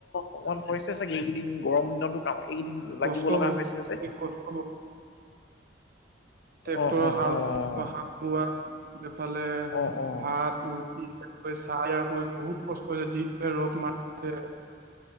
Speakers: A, on the left; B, on the right.
A: অকমান হৈছে চাগে এইকেইদিন গৰম দিনতো কাম এইকেইদিন
B: কষ্ট
A: লাগিব লগা
B: বহুত
A: হৈছে যে।
B: কষ্ট ট্ৰেক্টৰৰ
A: অ', অ',
B: হাল
A: অ',
B: হাল বোৱা এইফালে।
A: অ', অ'।
B: ভাত ৰুটিকৈ চাই গৈ বহুত কষ্ট হৈছে যিটে ৰ'দ মাৰিছে।